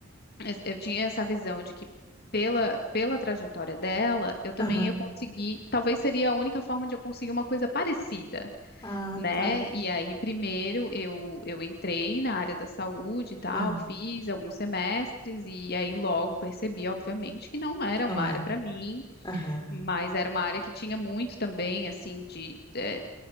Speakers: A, on the left; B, on the left.
A: es- eu tinha essa visão de que pela, pela trajetória dela, eu também
B: Aham.
A: ia conseguir, talvez seria a única forma de eu conseguir uma coisa parecida
B: Ah,
A: né?
B: tá.
A: E aí, primeiro, eu, eu entrei na área da saúde e tal,
B: Aham.
A: fiz alguns semestres, e aí logo percebi, obviamente, que não era
B: Que não
A: uma
B: era.
A: área para mim,
B: Aham.
A: mas era uma área que tinha muito também, assim, de, é,